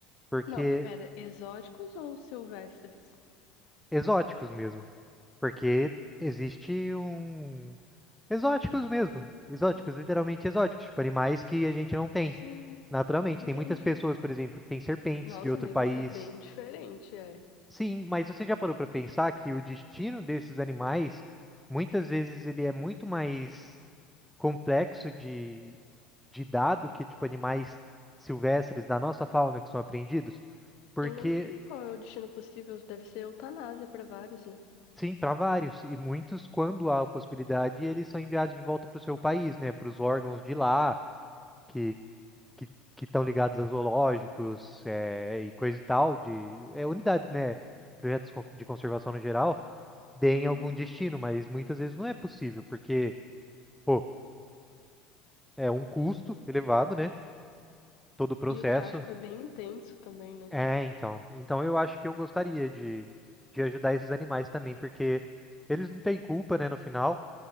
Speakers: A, in the centre; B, on the left.
A: Porque
B: Não, pera, exóticos ou silvestres?
A: exóticos mesmo. Porque existe um. Exóticos mesmo. Exóticos, literalmente exóticos. Tipo, animais que a gente não tem
B: Sim,
A: naturalmente.
B: entendi.
A: Tem muitas pessoas, por exemplo, que têm serpentes
B: Nossa,
A: de outro
B: mas
A: país.
B: isso é bem diferente, é.
A: Sim, mas você já parou para pensar que o destino desses animais, muitas vezes, ele é muito mais complexo de, de dado que, tipo, animais silvestres da nossa fauna que são apreendidos? Porque
B: Eu nem sei qual é o destino possível, deve ser eutanásia para vários, né?
A: Sim, para vários. E muitos, quando há a possibilidade, eles são enviados de volta para o seu país, né? Para os órgãos de lá, que que que estão ligados a zoológicos é, e coisa e tal, de é, unidades, né? Projetos con- de conservação no geral, deem
B: Uhum.
A: algum destino, mas muitas vezes não é possível, porque, pô, é um custo elevado, né? Todo o processo.
B: E o tráfico é bem intenso também, né?
A: É, então. Então eu acho que eu gostaria de, de ajudar esses animais também, porque eles não têm culpa, né, no final.